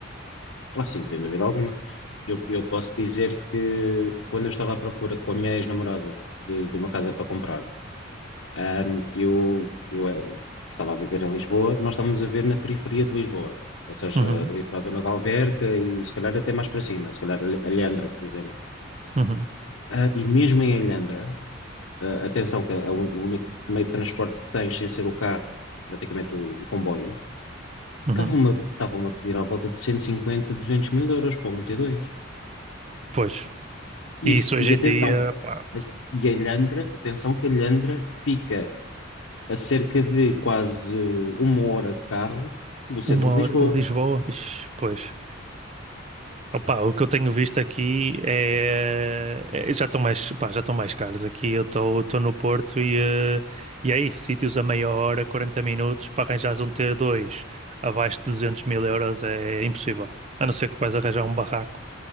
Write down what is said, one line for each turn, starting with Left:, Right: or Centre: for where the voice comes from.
Left: Ah, sim, sem dúvida alguma. Eu, eu posso dizer que quando eu estava à procura com a minha ex-namorada de, de uma casa para comprar, ahm, eu, eu eh, estava a viver em Lisboa, nós estávamos a ver na periferia de Lisboa, ou seja,
Right: Uhum,
Left: ali para a zona de Alverca e se calhar até mais para cima, se calhar Al- Alhandra, por exemplo.
Right: uhum,
Left: Ah, e mesmo em Alhandra, ah, atenção que é o o único meio de transporte que tens sem ser o carro, é praticamente o, o comboio,
Right: uhum.
Left: estavam-me a- estavam-me a pedir à volta de 150, 200 mil euros para um T2.
Right: Pois.
Left: E,
Right: E
Left: se-
Right: isso hoje
Left: e atenção,
Right: em dia, pá,
Left: E a Ilhandra, atenção que a Ilhandra fica a cerca de quase uma hora de carro do centro
Right: uma
Left: de
Right: hora
Left: Lisboa.
Right: de Lisboa, ixi, pois. Opa, o que eu tenho visto aqui é, é- já estão mais, pá, já estão mais caros aqui. Eu estou no Porto e, eh, e é isso, sítios a meia hora, 40 minutos, para arranjares um t dois abaixo de 200 mil euros é impossível. A não ser que vais arranjar um barraco.